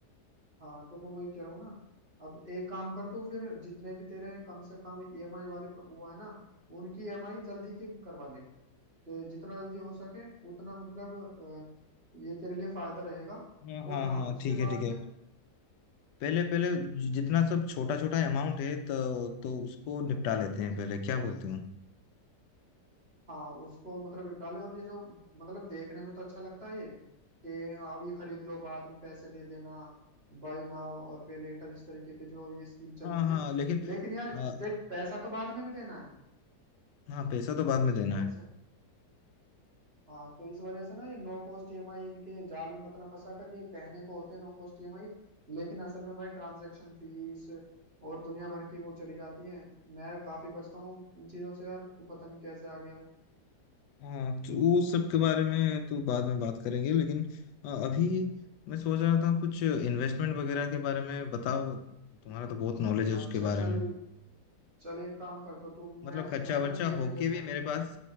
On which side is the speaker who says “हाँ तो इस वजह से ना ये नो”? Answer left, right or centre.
Right